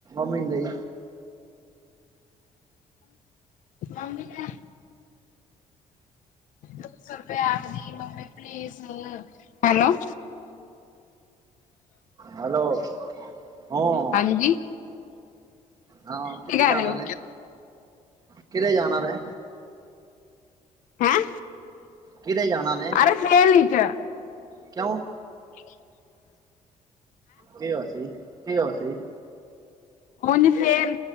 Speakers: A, on the right; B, on the left.
A: ਮੰਮੀਦਾਈ
B: ਮੰਮੀ ਨੇ ਦੋ ਸੌ ਰੁਪਏ ਅਗਦੀ ਮੰਮੀ ਪਲੀਜ਼ ਹੈਲੋ
A: ਹੈਲੋ ਹਮ
B: ਹਾਂਜੀ
A: ਹਾਂ
B: ਕੀ
A: ਕਿਤੇ
B: ਕਰ
A: ਜਾਣਾ
B: ਰਹੇ ਹੋ
A: ਨੇ ਕਿਤੇੇ ਜਾਣਾ ਨੇ
B: ਹੈਂ
A: ਕਿਤੇ ਜਾਣਾ ਨੇ
B: ਅਰੇ ਸੇਲ ਚ
A: ਕਿਉਂ?
B: ਠ <unintelligible>
A: ਕੀ ਅ ਸੀ ਕਿ ਅ ਸੀ
B: ਹਝ ਸੇਰ